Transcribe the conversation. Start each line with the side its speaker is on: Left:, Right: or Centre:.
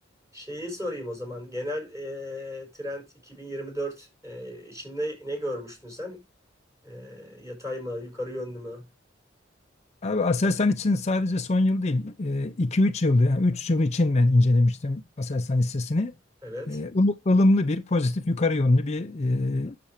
Right: Şeyi sorayım o zaman. Genel e, trend 2024 e, için ne, ne görmüştün sen? E, yatay mı, yukarı yönlü mü?
Left: Abi Aselsan için sadece son yıl değil, e, iki üç yıldı. Yani 3 yıl için ben incelemiştim Aselsan hissesini.
Right: Evet.
Left: E, ılım- ılımlı bir pozitif yukarı yönlü bir e,